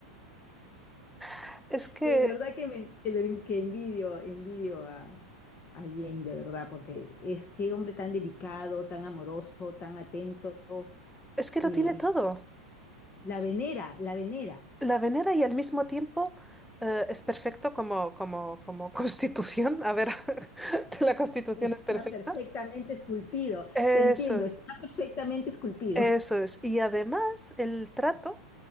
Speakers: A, in the centre; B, on the left.
A: <laughs> es que,
B: De verdad que me que, le- que envidio, envidio a, a Jane, de verdad, porque es qué hombre tan delicado, tan amoroso, tan atento.
A: es que
B: eh,
A: lo tiene todo.
B: la venera, la venera.
A: La venera y al mismo tiempo eh, es perfecto como, como, como <laughs> constitución. A ver, <laughs> la constitución
B: Está
A: es perfecta.
B: perfectamente esculpido.
A: Eso,
B: Te entiendo, está perfectamente esculpido.
A: Eso es. Y además el trato